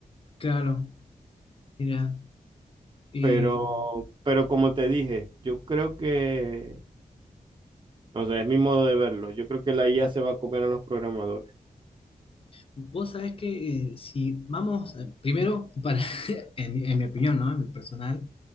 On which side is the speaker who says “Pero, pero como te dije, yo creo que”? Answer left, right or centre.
Right